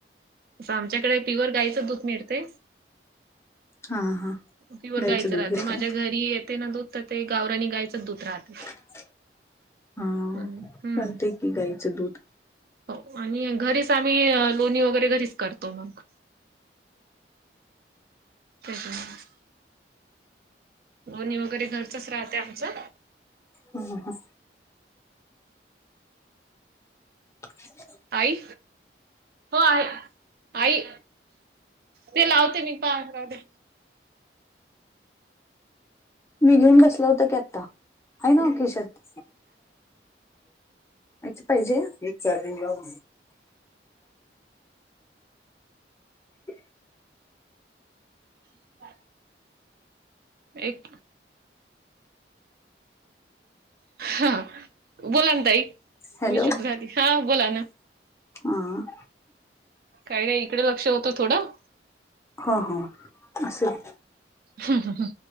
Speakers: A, on the right; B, on the left.
A: आता आमच्याकडे प्युअर गाईचं दूध मिळते
B: हा हा
A: पिवर गाईचं
B: दूध
A: राहते
B: घेताय
A: माझ्या घरी येते ना दूध तर ते गावरानी गाईचंच दूध राहते.
B: <inaudible> हा
A: हम् हम्म.
B: चालतय गाईचं दूध
A: हो आणि घरीच आम्ही लोणी वगैरे घरीच करतो मग. <unintelligible> लोणी वगैरे घरचच राहते आमचं.
B: हम् हम हम. <inaudible>
A: आई हो आहे आई ते लावते मी पाण जाऊदे.
B: मी घेऊन बसला होता की आता, आहे ना ओ खिशात. <unintelligible> पाहिजे नीट चार्जिंग लाव <inaudible>
A: <inaudible> एक.............. हा. बोला ना ताई
B: हॅलो
A: मी शुभ झाली हा बोला ना.
B: हा... आ..
A: काय रे इकडे लक्ष होतं थोडं.
B: हां हां असल.
A: हम ह... ह...